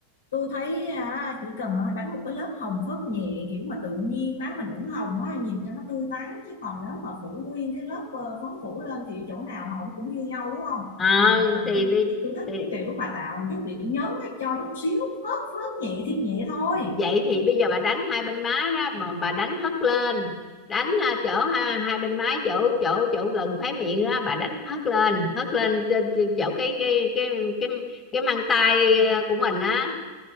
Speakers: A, on the left; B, on the left.
A: tôi thấy à, chỉ cần à, đánh một cái lớp hồng phớt nhẹ kiểu mà tự nhiên má mình ửng hồng á nhìn cho nó tươi tắn chứ còn nếu mà phủ nguyên cái lớp ờ, phấn phủ lên thì chỗ nào hồng cũng như nhau đúng không
B: Ờ,
A: mình à,
B: thì,
A: tôi
B: bi-
A: tôi thích
B: thì
A: cái kiểu mà tạo một chút điểm nhấn á, cho chút xíu phớt phớt nhẹ thiệt nhẹ thôi
B: vậy thì bây giờ bà đánh hai bên má đó mà bà đánh hất lên đánh à, chỗ ha, hai bên má chỗ chỗ chỗ gần khóe miệng đó bà đánh hất lên hất lên trên trên chỗ cái cái cái cái cái mang tay à, của mình á